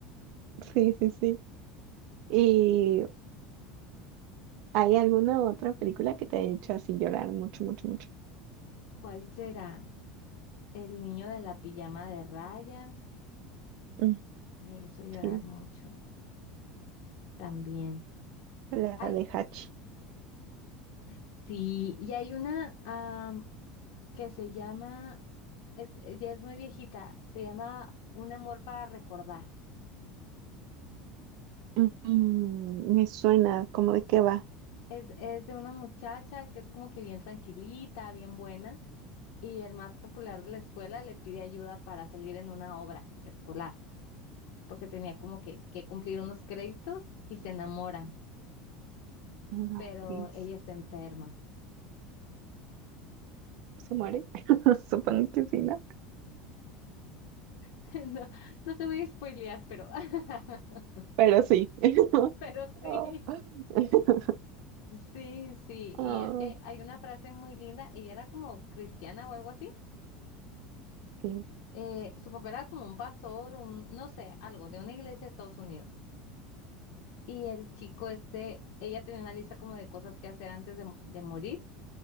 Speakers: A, on the right; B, on the left.
A: Sí, sí, sí. ¿Y hay alguna otra película que te ha hecho así llorar mucho, mucho, mucho?
B: ¿Cuál será? El niño de la pijama de rayas
A: Mm,
B: me hizo llorar
A: Sí,
B: mucho también.
A: la
B: Ay,
A: de Hachi.
B: sí, y hay una am, que se llama, es, ya es muy viejita, se llama Un amor para recordar.
A: Mm, me suena como de qué va.
B: Es, es de una muchacha que es como que bien tranquilita, bien buena, y el más popular de la escuela le pide ayuda para salir en una obra escolar, porque tenía como que, que cumplir unos créditos y se enamoran,
A: No,
B: pero
A: ¿qué es?
B: ella está enferma.
A: ¿Se muere? <laughs> Supongo que sí, ¿no?
B: <laughs> No, no te voy a spoilear, pero, <laughs>
A: Pero sí. <laughs>
B: pero sí.
A: Oh, <laughs>
B: Sí, sí, y
A: oh,
B: es que hay una frase muy linda, ella era como cristiana o algo así,
A: ok.
B: eh, su papá era como un pastor, un, no sé, algo de una iglesia de Estados Unidos, y el chico este, ella tenía una lista como de cosas que hacer antes de, de morir,